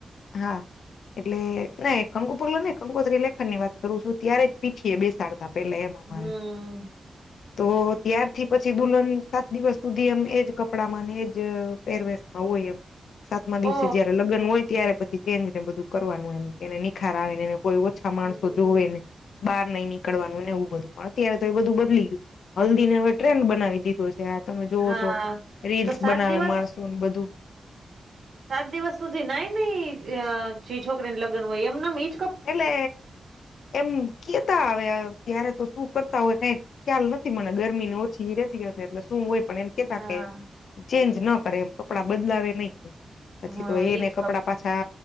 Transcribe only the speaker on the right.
હમ
ઓ
હમ
હમ
હા
તો સાત
દિવસ
સાત દિવસ સુધી નાઈ જે છોકરીને લગ્ન હોય એમ ઈ
હા
હા
એજ